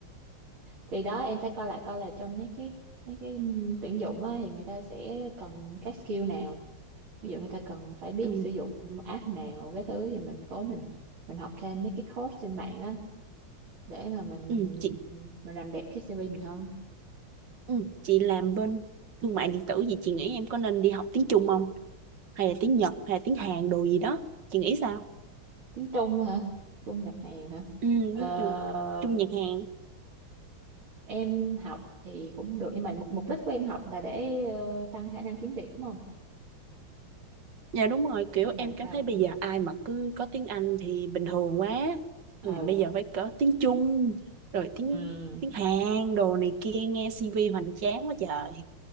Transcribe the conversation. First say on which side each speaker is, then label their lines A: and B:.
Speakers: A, on the right; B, on the right.
A: thì đó em phải coi lại coi là trong mấy cái mấy cái tuyển dụng á, thì người ta sẽ cần các skill nào ví dụ người ta cần phải biết
B: Ừ.
A: sử dụng app nào cái thứ thì mình cố mình mình học thêm mấy cái course trên mạng á để mà mình
B: Ừ. Chị,
A: mình làm đẹp cái CV mình hơn
B: ừ. Chị làm bên thương mại điện tử gì chị nghĩ em có nên đi học tiếng Trung không? Hay là tiếng Nhật, hay là tiếng Hàn đồ gì đó. Chị nghĩ sao?
A: tiếng Trung hả Trung nhập hàng hả
B: Ừ,
A: Ờ,
B: tiếng Trung. Trung Nhật Hàn.
A: em học thì cũng được nhưng mà mục, mục đích của em học là để ờ, tăng khả năng kiếm việc đúng không
B: Dạ đúng rồi, kiểu
A: hay là
B: em cảm
A: sao
B: thấy bây giờ ai mà cứ có tiếng Anh thì bình thường quá. Nên
A: ừ
B: Bây giờ phải có tiếng Trung, rồi tiếng
A: ừ
B: tiếng Hàn, đồ này kia nghe CV hoành tráng quá trời.